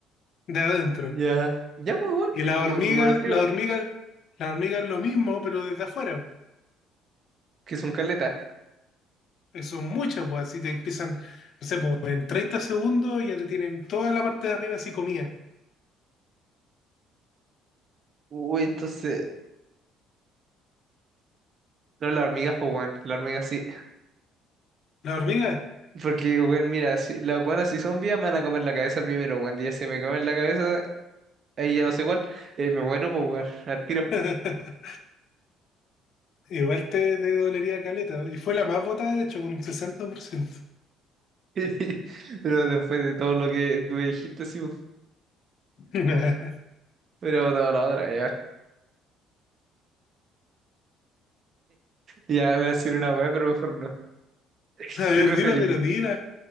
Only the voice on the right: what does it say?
Ya. Ya, pues, igual,
me,
mu- me muero el tiro,
que son caletas.
Uy, entonces, no, las hormigas, pues, weón. Las hormigas sí.
Porque, weón, mira, si, las buenas si son vivas me van a comer la cabeza primero, weón. Y ya si me comen la cabeza, ahí ya no sé cuál, eh, me muero, pues, weón, al tiro.
<laughs> Pero después de todo lo que tú me dijiste, sí, pues,
pero toda la otra, ya. Ya voy a decir una weá, pero mejor no. <laughs>
¿Qué preferís?